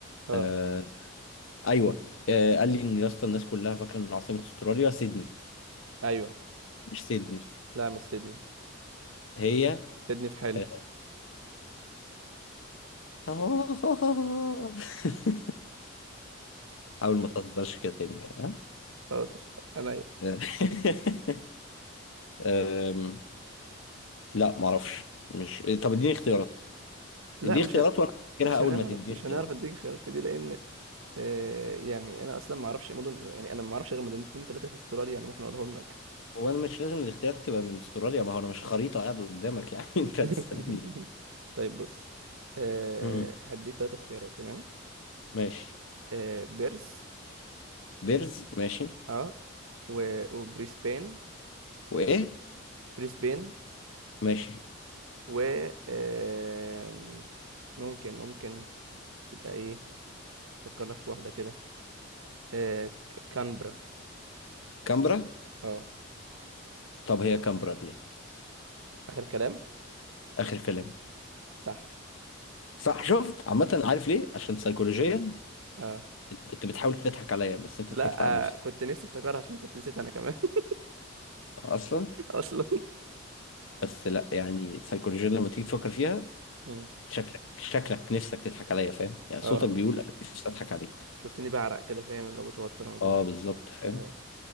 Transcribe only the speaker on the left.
آه ايوه آه قال لي ان يا اسطى الناس كلها فاكره ان عاصمه استراليا سيدني
مش سيدني
هي
آه،
<laughs> حاول ما تهزرش كده تاني بقى
ها <laughs> آه. لا معرفش مش طب اديني اختيارات
اديني
اختيارات
وانا هفتكرها
اول
ما تديني
اختيارات
هو انا مش لازم الاختيارات تبقى من استراليا ما هو انا مش خريطة قاعد قدامك يعني <laughs> انت هتسألني
مم.
ماشي
بيرز ماشي
وايه
ماشي
كامبرا
طب هي كامبرا دي
اخر كلام
صح شفت عامة عارف ليه عشان سيكولوجيا
انت كنت بتحاول تضحك عليا بس انت
ضحكت على نفسك
اصلا
بس لا يعني سيكولوجيا لما تيجي تفكر فيها
شكلك شكلك نفسك تضحك عليا فاهم يعني صوتك
بيقول انا نفسي اضحك عليك
اه بالظبط فاهم